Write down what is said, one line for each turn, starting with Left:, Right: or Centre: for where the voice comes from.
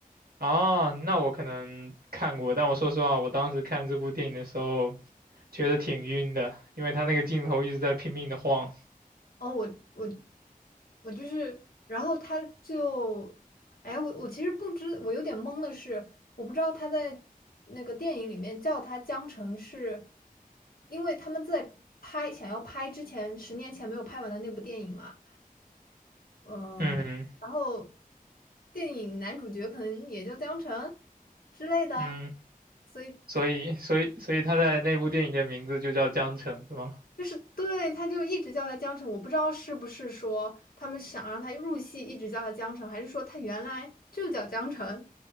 Right: 啊，那我可能看过，但我说实话，我当时看这部电影的时候。觉得挺晕的，因为他那个镜头一直在拼命的晃。
Left: 哦，我我我就是，然后他就，哎，我我其实不知，我有点懵的是，我不知道他在那个电影里面叫他江澄是，因为他们在拍想要拍之前十年前没有拍完的那部电影嘛，嗯，
Right: 嗯
Left: 然后电影男主角可能也叫江澄之类的，
Right: 嗯，
Left: 所以。
Right: 所以所以所以他在那部电影的名字就叫江城，是吗？
Left: 就是对，他就一直叫他江城，我不知道是不是说他们想让他入戏，一直叫他江城，还是说他原来就叫江城